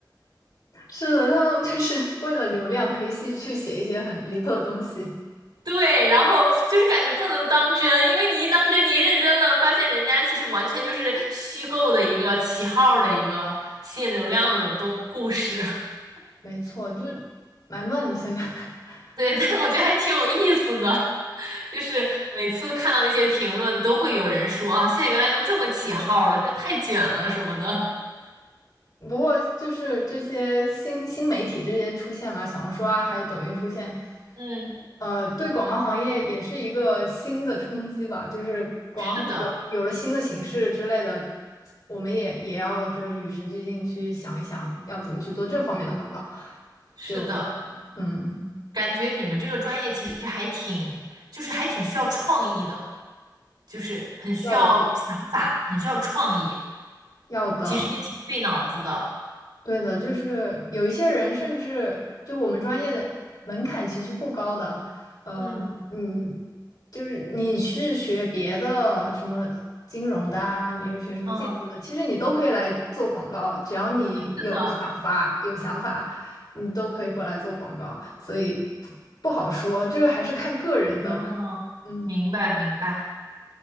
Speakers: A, on the left; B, on the right.
A: 是的，他们就是为了流量可以去去写一些很离谱的东西。
B: 对，然后就是感觉不能当真，因为你一当真，你一认真了，发现人家其实完全就是虚构的一个起号儿的一个吸引流量的东故事。<laughs>
A: 没错，就是蛮乱的现在。<laughs>
B: 对，但是我觉得还挺有意思的，就是每次看到那些评论，都会有人说啊，现在原来都这么起号儿了，真太卷了什么的。
A: 不过就是这些新新媒体这些出现嘛，小红书啊，还有抖音出现，
B: 嗯，
A: 呃，对广告行业也是一个新的冲击吧。就是广告有有了新的形式之类的，
B: 是的，
A: 我们也也要就是与时俱进去想一想，要怎么去做这方面的广告，
B: 是的，
A: 就嗯
B: 感觉你们这个专业其实还挺，就是还挺需要创意的，就是很需要想法，
A: 要
B: 很需要创意。
A: 要的。
B: 其实也挺费脑子的。
A: 对的，就是有一些人，甚至就我们专业的门槛其实不高的，呃，
B: 嗯，
A: 嗯，就是你是学别的什么金融的啊，你是学什么建筑的，
B: 嗯，
A: 其实你都可以来做广告，只要你有想法、
B: 是的，
A: 有想法，你都可以过来做广告，所以不好说，这个还是看个人的，
B: 哦，
A: 嗯
B: 明白明白。